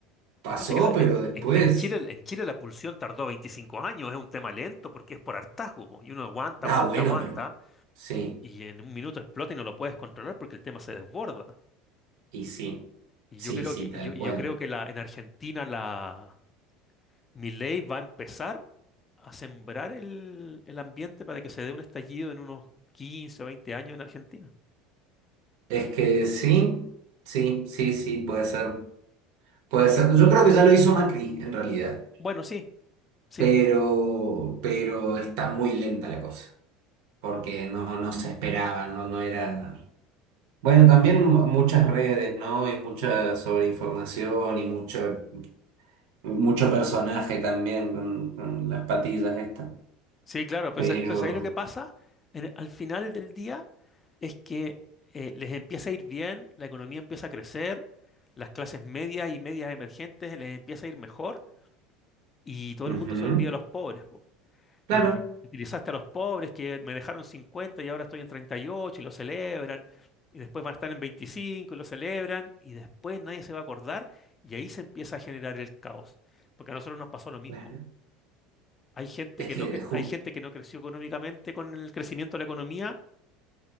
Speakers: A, on the right (about 75°); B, on the left (about 25°).
A: pasó,
B: Lo que pasa es que la-
A: pero
B: en,
A: después.
B: en- en Chile, en Chile la pulsión tardó 25 años, es un tema lento porque es por hartazgo, po, y uno aguanta,
A: Ah,
B: aguanta,
A: bueno,
B: aguanta,
A: pero sí,
B: y en un minuto explota y no lo puedes controlar porque el tema se desborda.
A: y sí,
B: Y
A: sí,
B: yo creo
A: sí,
B: que,
A: tal
B: y yo, y
A: cual.
B: yo creo que la, en Argentina la Milei va a empezar a sembrar el, el ambiente para que se dé un estallido en unos 15 o 20 años en Argentina.
A: Es que sí, sí, sí, sí, puede ser. Puede ser,
B: Que-
A: yo creo que ya lo hizo Macri en realidad,
B: Bueno, sí, sí,
A: pero, pero está muy lenta la cosa, porque no, no se esperaba, no, no era... Bueno, también mu- muchas redes, ¿no? Y mucha sobreinformación y mucho, mucho personaje también con, con las patillas estas,
B: sí, claro, pero,
A: pero...
B: sa- pero ahí lo que pasa en- al final del día es que eh, les empieza a ir bien, la economía empieza a crecer, las clases medias y medias emergentes les empieza a ir mejor y todo
A: ujú,
B: el mundo se olvida de los pobres, po.
A: Claro,
B: Y utili- utilizaste a los pobres que me dejaron 50 y ahora estoy en 38 y ocho y lo celebran. Y después van a estar en 25 y lo celebran. Y después nadie se va a acordar. Y ahí se empieza a generar el caos. Porque a nosotros nos pasó lo mismo.
A: claro.
B: Hay gente
A: Es
B: que
A: que,
B: no, cre-
A: ju-
B: hay gente que no creció económicamente con el crecimiento de la economía.